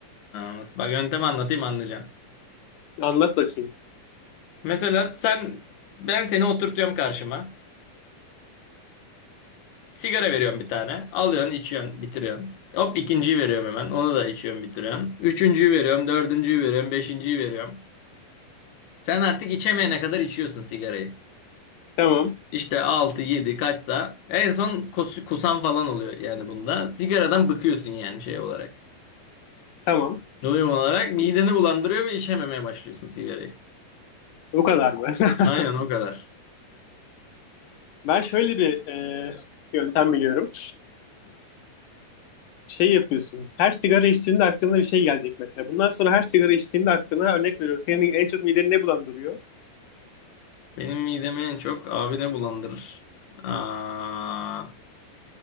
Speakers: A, on the left; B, on the left.
A: nasıl- bak yöntemi anlatayım anlayacaksın.
B: Anlat bakayım.
A: Mesela sen ben seni oturtuyorum karşıma. Sigara veriyorum bir tane. Alıyorsun, içiyorsun, bitiriyorsun. Hop ikinciyi veriyorum hemen. Onu da içiyorsun, bitiriyorsun. Üçüncüyü veriyorum, dördüncüyü veriyorum, beşinciyi veriyorum. Sen artık içemeyene kadar içiyorsun sigarayı.
B: Tamam.
A: İşte 6 7 kaçsa en son kus- kusan falan oluyor yani bunda. Sigaradan bıkıyorsun yani şey olarak.
B: Tamam.
A: Doyum olarak mideni bulandırıyor ve içememeye başlıyorsun sigarayı.
B: O kadar mı? <laughs>
A: Aynen o kadar.
B: Ben şöyle bir e, yöntem biliyorum. Şey yapıyorsun. Her sigara içtiğinde aklına bir şey gelecek mesela. Bundan sonra her sigara içtiğinde aklına örnek veriyorum. Senin en çok mideni ne bulandırıyor?
A: Benim midemi en çok abi ne bulandırır? Aa,